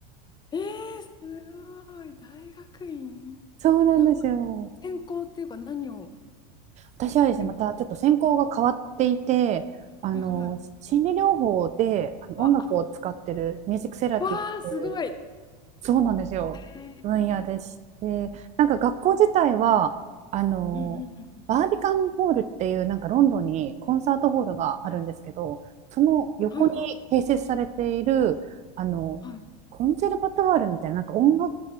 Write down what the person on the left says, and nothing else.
えー、すごい。大学院
なんか、専攻っていうか何を
専攻
はいはい。
あ、あ、わあ、すごい。え
ー、
うんうんうんうん
は
いは
いはい。